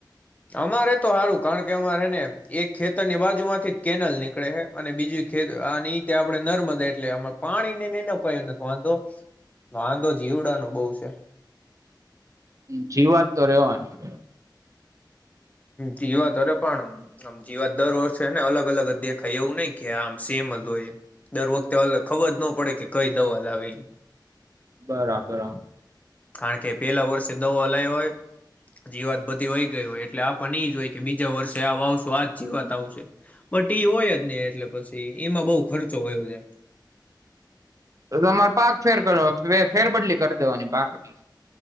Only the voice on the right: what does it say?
જી વાત તો રહેેવાની
બરાબર હ.
તો તમારે પાક ફેર કરવા ફેરબદલી કરી દેવાની પાકની,